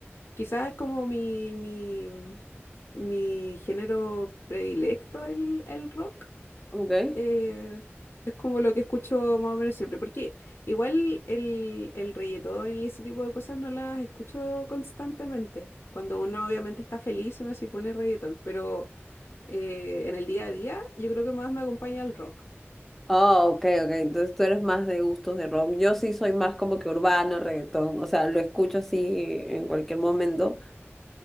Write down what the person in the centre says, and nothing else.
ok.
Ah, ok, ok. Entonces tú eres más de gustos de rock. Yo sí soy más como que urbano, reggaetón. O sea, lo escucho así en cualquier momento.